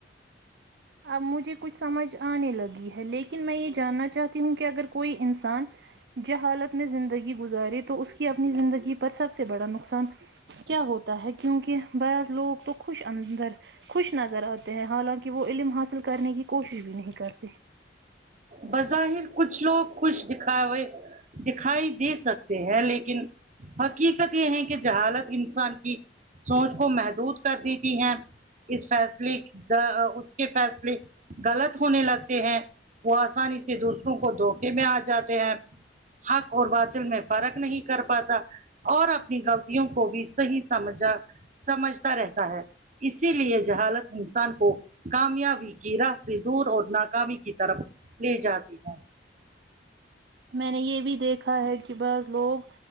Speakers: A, on the right (about 65°); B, on the right (about 45°).
A: اب مجھے کچھ سمجھ آنے لگی ہے لیکن میں یہ جاننا چاہتی ہوں کہ اگر کوئی انسان جہالت میں زندگی گزارے تو اس کی اپنی زندگی پر سب سے بڑا نقصان کیا ہوتا ہے کیونکہ بعض لوگ تو خوش اندر خوش نظر آتے ہیں حالانکہ وہ علم حاصل کرنے کی کوشش بھی نہیں کرتے
B: بظاہر کچھ لوگ خوش دکھاوے دکھائی دے سکتے ہیں لیکن حقیقت یہ ہے کہ جہالت انسان کی سونچ کو محدود کر دیتی ہے اس فیصلے گ اس کے فیصلے غلط ہونے لگتے ہیں وہ آسانی سے دوسروں کو دھوکے میں آ جاتے ہیں حق اور باطل میں فرق نہیں کر پاتا اور اپنی غلطیوں کو بھی صحیح سمجھا سمجھتا رہتا ہے اسی لیے جہالت انسان کو کامیابی کی راہ سے دور اور ناکامی کی طرف لے جاتی ہے
A: میں نے یہ بھی دیکھا ہے کہ بس لوگ